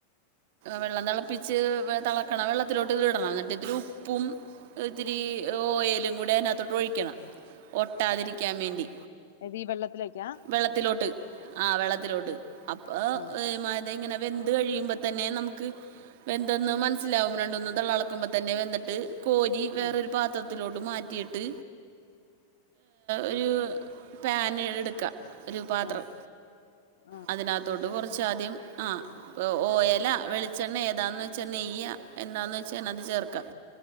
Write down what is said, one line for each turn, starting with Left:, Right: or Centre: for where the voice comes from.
Right: വെള്ളം തെളപ്പിച്ച് തെളക്കണ വെള്ളത്തിലോട്ട് ഇത് ഇടണം എന്നിട്ട് ഇത്തിരി ഉപ്പും- ഒത്തിരി ഓയിലും കൂടി അതിനകത്തോട്ട് ഒഴിക്കണം ഒട്ടാതിരിക്കാൻ വേണ്ടി
Left: അത് ഈ വെള്ളത്തിലേക്കാ
Right: വെള്ളത്തിലോട്ട് ആ വെള്ളത്തിലോട്ട് അപ്പൊ
Left: ആ
Right: ഇതേ - ദെ ഇങ്ങനെ വെന്തു കഴുമ്പോ- തന്നെ നമുക്ക് വെന്തെന്ന് മനസ്സിലാകും രണ്ടൂന്ന് തെള തെളക്കുമ്പോ തന്നെ വെന്തിട്ട് കോരി വേറൊരു
Left: ആ
Right: പാത്രം- ത്തിലോട്ട് മാറ്റിയിട്ട് ഒരു പാൻ എടുക്കാം ഒരു പാത്രം
Left: ആ ആ
Right: അതിനകത്തോട്ട് കൊറച്ച് ആദ്യം ആ ഓയ- അല്ല വെളിച്ചെണ്ണ ഏതാന്ന് വെച്ചാൽ നെയ്യ എന്താണന്ന് വെച്ചാ അതിനാത്ത് ചേർക്കാം